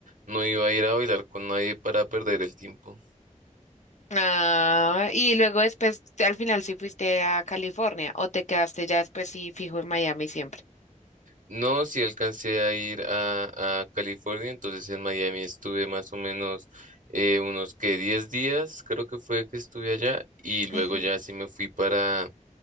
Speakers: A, on the right (about 80°); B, on the left (about 60°).
A: no iba a ir a bailar con nadie para perder el tiempo.
B: Ah, y luego después, al final sí fuiste a California o te quedaste ya después sí fijo en Miami siempre.
A: No, sí alcancé a ir a, a California, entonces en Miami estuve más o menos eh, unos que 10 días, creo que fue que estuve allá, y luego
B: Ujú.
A: ya sí me fui para